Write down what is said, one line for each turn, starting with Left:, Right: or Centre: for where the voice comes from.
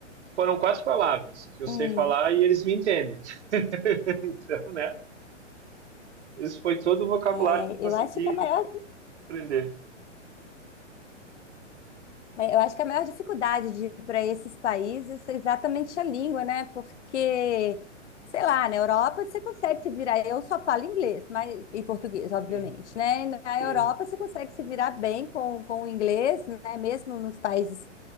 Right: foram quatro palavras que eu
Left: Hum,
Right: sei falar e eles me entendem. <laughs> Então, né? Esse foi todo o vocabulário
Left: é,
Right: que eu consegui
Left: eu acho que a maior
Right: aprender.
Left: Mas Eu acho que a maior dificuldade de ir para esses países é exatamente a língua, né? Porque, sei lá, na Europa você consegue se virar. Eu só falo inglês, mas e português, obviamente,
Right: Sim,
Left: né? E na
Right: sim,
Left: Europa você consegue se virar bem com, com o inglês, né? Mesmo nos países,